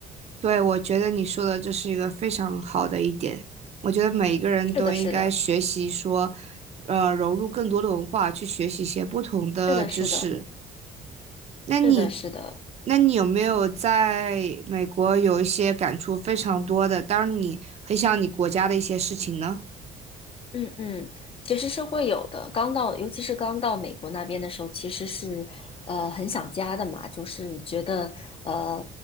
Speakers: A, on the right; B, on the left.
A: 对，我觉得你说的这是一个非常好的一点。我觉得每一个人都应该学习说，
B: 是的，是的，
A: 呃，融入更多的文化，去学习一些不同的知识。
B: 是的，是的，
A: 那你，
B: 是的，是的。
A: 那你有没有在美国有一些感触非常多的，当然你很想你国家的一些事情呢？
B: 嗯嗯，其实是会有的。刚到，尤其是刚到美国那边的时候，其实是呃很想家的嘛，就是觉得呃